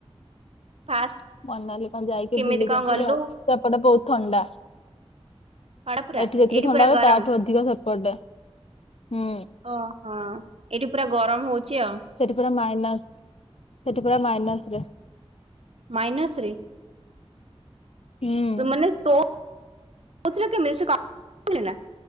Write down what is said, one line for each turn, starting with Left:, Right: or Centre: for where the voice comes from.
Right: ଫାଷ୍ଟ
Left: ମନାଲି କଣ ଯାଇକି
Right: କେମିତି
Left: ବୁଲିକି
Right: କଣ
Left: ଆସିଲୁ
Right: ଗଲୁ
Left: ଆଉ ସେପଟେ ବହୁତ ଥଣ୍ଡା।
Right: ଥଣ୍ଡା ପୁରା
Left: ଏଠି ଯେତିକି
Right: ଏଇଠି
Left: ଥଣ୍ଡା
Right: ପୁରା
Left: ହୁଏ
Right: ଗରମ
Left: ତାଠୁ ଅଧିକ ସେପଟେ ହୁଁ
Right: ଓହୋ। ଏଇଠି ପୁରା ଗରମ ହୋଉଛି ଆଉ।
Left: ସେଠି ପୁରା ମାଇନାସ୍ ସେଠି ପୁରା ମାଇନାସ୍।
Right: ମାଇନସ୍ ରେ
Left: ହୁଁ
Right: ମାନେ ଶୋ ମି କ ମି <unintelligible>